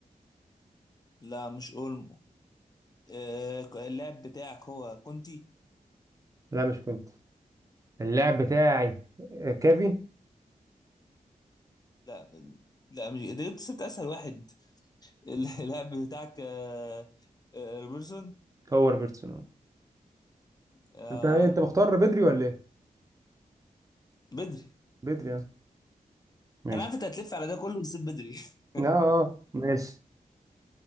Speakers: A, on the left; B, on the right.
A: لا مش اولمو آه اللاعب بتاعك هو كونتي
B: لا مش كنت اللاعب بتاعي آه، كافي
A: لا لا مش انت جبت سبت اسهل واحد <laughs> اللاعب بتاعك آه، آه، روبرتسون
B: هو روبرتسون آه.
A: اه
B: انت ايه انت مختار بدري ولا ايه
A: بدري
B: بدري اه ماشي
A: انا عارف انت هتلف على ده كله وتسيب بدري <laughs>
B: اه آه، ماشي